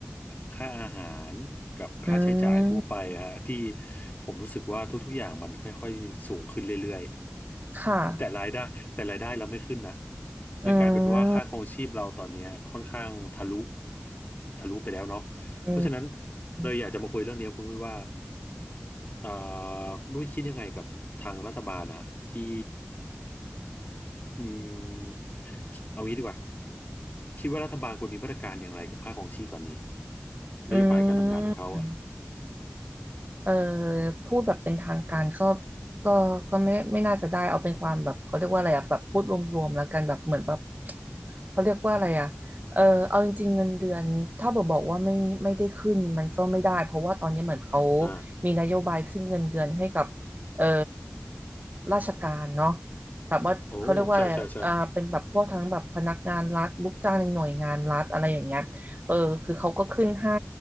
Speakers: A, on the left; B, on the right.
A: ค่าอาหารกับค่าใช้จ่ายทั่วไปฮะที่
B: อืม
A: ผมรู้สึกว่าทุกๆอย่างมันค่อยๆสูงขึ้นเรื่อยๆแต่รายได้แต่รายได้เราไม่ขึ้นนะ
B: ค่ะ อืม
A: นั่นกลายเป็นว่าค่าครองชีพเราตอนเนี้ยค่อนข้างทะลุทะลุไปแล้วเนาะเพราะฉะนั้น
B: อื
A: เลยอยากจะมาคุยเรื่องนี้กับคุณด้วยว่า
B: ม
A: เอ่อคุณด้วยคิดยังไงกับทางรัฐบาลนะฮะที่ อืมเอางี้ดีกว่าคิดว่ารัฐบาลควรมีมาตรการอย่างไรกับค่าครองชีพตอนนี้
B: อืม
A: นโยบายการทำงานของเขาอ่ะ
B: เออพูดแบบเป็นทางการก็ก็ก็ไม่ไม่น่าจะได้เอาเป็นความแบบเขาเรียกว่าอะไรอะแบบพูดรวมๆแล้วกันแบบเหมือนแบบเขาเรียกว่าอะไรอะเออเอาจริงๆเงินเดือนถ้าบอกบอกว่าไม่ไม่ได้ขึ้นมันก็ไม่ได้เพราะว่าตอนนี้เหมือนเขา
A: อ่า
B: มีนโยบายขึ้นเงินเดือนให้กับเออราชการเนาะแบบว่าเขาเรียกว่าอะไรอะอ่าเป็นแบบพวกทั้งแบบพนักงานรัฐลูกจ้างในหน่วยงานรัฐอะไรอย่างเงี้ยเออคือเขาก็ขึ้นให้
A: โอ้ใช่ใช่ใช่